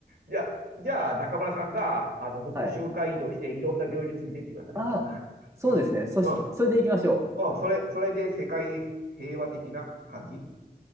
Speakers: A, on the right; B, on the right.
A: じゃあ、じゃあ、中村さんが、あの、僕を瞬間移動して、
B: はい。
A: いろんな病院に連れて行ってください。
B: ああ、
A: そしたら。
B: そうですね。
A: <laughs>
B: そし、それでいきましょ
A: うん。うん、それ、それで世界平和的な感じ